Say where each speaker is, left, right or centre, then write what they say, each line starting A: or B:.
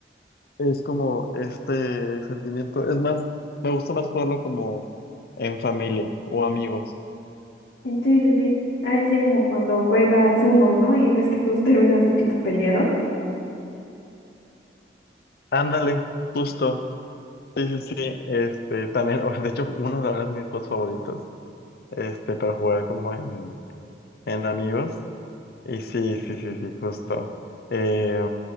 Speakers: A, on the left; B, on the left.
A: Es como este sentimiento. Es más, me gusta más jugarlo como en familia o amigos.
B: Sí, sí, sí, a veces como cuando juegas uno, ¿no? Y ves que todos terminan así tipo peleados.
A: Ándale, justo. Sí, sí, sí. Este, también, <laughs> de hecho, uno de ahora es de mis juegos favoritos. Este, para jugar como en, en amigos. Y sí, sí, sí, sí, justo. Eh,